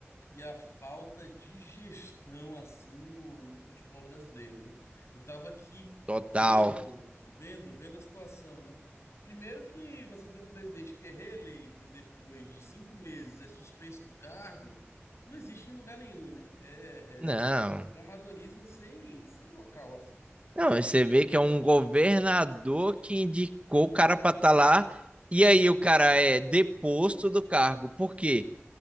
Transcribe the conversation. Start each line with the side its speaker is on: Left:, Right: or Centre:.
Left: e a falta de gestão assim no, no futebol brasileiro, né? Eu tava aqui
Right: Total.
Left: vendo, vendo, vendo a situação, né? Primeiro que você tem um presidente que é reeleito e depois de cinco meses é suspenso do cargo, não existe em lugar nenhum, né? É,
Right: Não,
Left: é, é de um amadorismo sem, sem local, assim.
Right: não, você vê que é um governador que indicou o cara para estar lá e aí o cara é deposto do cargo, porque